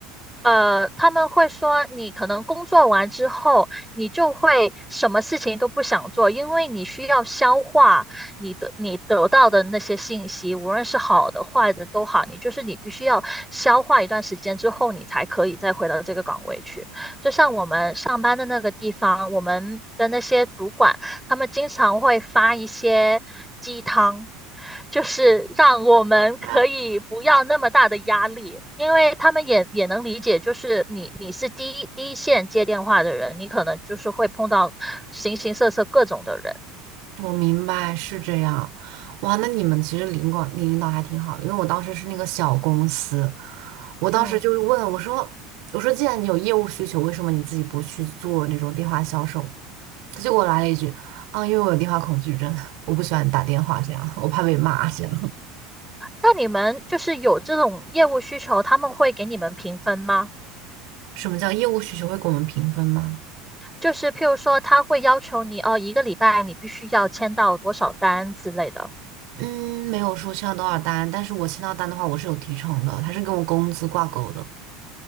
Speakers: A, in the centre; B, on the right (about 65°).
A: 呃，他们会说你可能工作完之后，你就会什么事情都不想做，因为你需要消化你的你得到的那些信息，无论是好的坏的都好，你就是你必须要消化一段时间之后，你才可以再回到这个岗位去。就像我们上班的那个地方，我们的那些主管。他们经常会发一些鸡汤，就是让我们可以不要那么大的压力，
B: 那
A: 因为他们也也能理解，就是你你是第一第一线接电话的人，你可能就是会碰到形形色色各种的人，
B: 我明白是这样，哇，那你们其实领管领领导还挺好的，因为我当时是那个小公司，我当时就是问我说，
A: 嗯。
B: 我说既然你有业务需求，为什么你自己不去做那种电话销售？他就给我来了一句啊，因为我有电话恐惧症，我不喜欢打电话，这样我怕被骂。这样，
A: 那你们就是有这种业务需求，他们会给你们评分吗？
B: 什么叫业务需求会给我们评分吗？
A: 就是譬如说，他会要求你哦，一个礼拜你必须要签到多少单之类的。
B: 嗯，没有说签到多少单，但是我签到单的话，我是有提成的，它是跟我工资挂钩的。